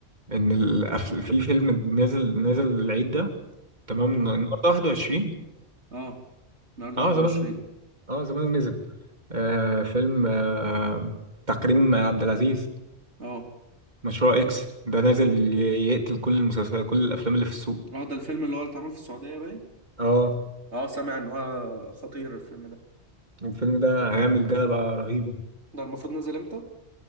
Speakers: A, on the right (about 40°); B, on the right (about 85°).
A: ان ال في فيلم نازل نازل العيد ده تمام
B: امم
A: النهارده 21
B: اه النهارده
A: اه
B: 21
A: زمان اه زمان نزل آه فيلم آه تكريم عبد العزيز
B: اه
A: مشروع اكس ده نازل ي- يقتل كل المسلسلات كل الافلام اللي في السوق
B: اه ده الفيلم اللي هو اللي اتعمل في السعودية باين
A: اه
B: اه سامع ان هو خطير الفيلم ده
A: الفيلم ده هيعمل جلبة رهيبة
B: ده المفروض نزل امتى؟